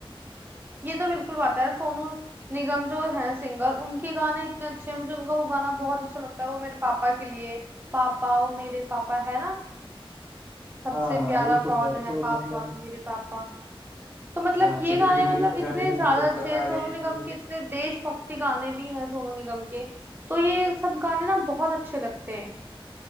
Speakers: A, on the right (about 20°); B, in the centre.
A: ये तो बिल्कुल बात है यार सोनू निगम जो है सिंगर उनके गाने इतने अच्छे हैं मुझे उनका वो गाना बहुत अच्छा लगता है वो मेरे पापा के लिए पापा ओ मेरे पापा है ना सबसे
B: हाँ
A: प्यारा
B: वो तो
A: कौन
B: है
A: है
B: तो
A: पापा
B: मतलब
A: मेरे पापा तो मतलब
B: हाँ
A: ये
B: तो
A: गाने
B: देखिए
A: मतलब
B: ये
A: इतने
B: गाने भी
A: ज्यादा
B: मतलब
A: अच्छे
B: बता
A: हैं सोनू
B: रहे हैं
A: निगम
B: कि
A: के इतने देशभक्ति गाने भी हैं सोनू निगम के तो ये सब गाने ना बहुत अच्छे लगते हैं